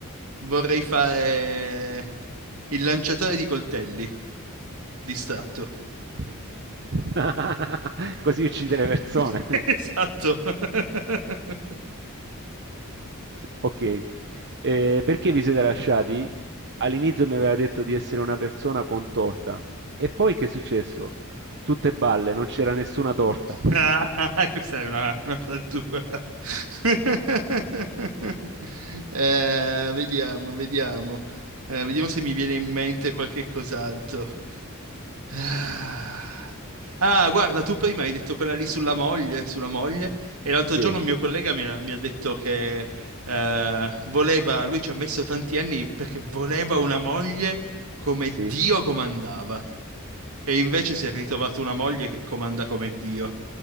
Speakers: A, on the right; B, on the right.
A: vorrei fare il lanciatore di coltelli distratto.
B: Sì. <laughs> Così uccide le persone.
A: <laughs> Esatto. <laughs>
B: Ok, Eh, perché vi siete lasciati? All'inizio mi aveva detto di essere una persona con torta e poi che è successo? Tutte balle, non c'era nessuna torta. <laughs>
A: Ah, <laughs> questa è una, una frattura. <laughs> Eh, vediamo, vediamo. Eh, vediamo se mi viene in mente qualche cos'altro. Ah, Ah, guarda, tu prima hai detto quella lì sulla moglie, sulla moglie, e l'altro
B: Sì,
A: giorno un mio collega mi ha, mi ha detto che eh, voleva, lui ci ha messo tanti anni perché voleva una moglie come
B: sì.
A: Dio comandava, e invece si è ritrovato una moglie che comanda come Dio.